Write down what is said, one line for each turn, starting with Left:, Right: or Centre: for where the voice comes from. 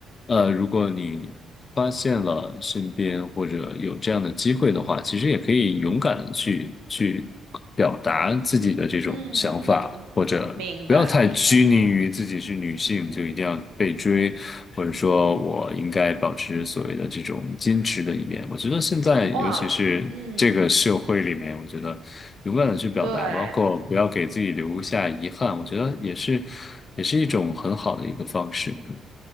Left: 呃，如果你发现了身边或者有这样的机会的话，其实也可以勇敢的去去。表达自己的这种想法，
Right: 嗯，
Left: 或者不要太拘泥于自己是女性就一定要被追，
Right: 明白明白。
Left: 或者说我应该保持所谓的这种矜持的一面。我觉得现在尤其是这个社会里面，
Right: 哇，嗯，
Left: 我觉得勇敢的去表达，
Right: 对。
Left: 包括不要给自己留下遗憾，我觉得也是也是一种很好的一个方式。